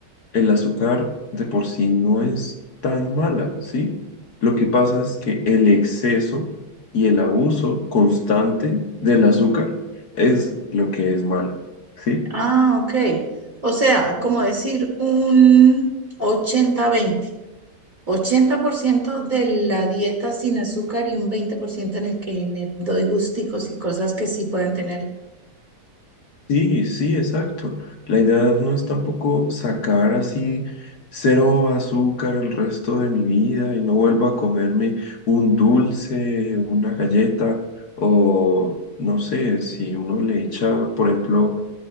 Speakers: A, on the left (about 65°); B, on the right (about 25°).
A: el azúcar de por sí no es tan mala, ¿sí? Lo que pasa es que el exceso y el abuso constante del azúcar es lo que es malo, ¿sí?
B: Ah, ok. O sea, como decir un ochenta veinte ochenta por ciento de la dieta sin azúcar y un 20% en el que me doy gusticos y cosas que sí puedan tener.
A: Sí, sí, exacto. La idea no es tampoco sacar así cero azúcar el resto de mi vida y no vuelvo a comerme un dulce, una galleta o no sé, si uno le echa, por ejemplo,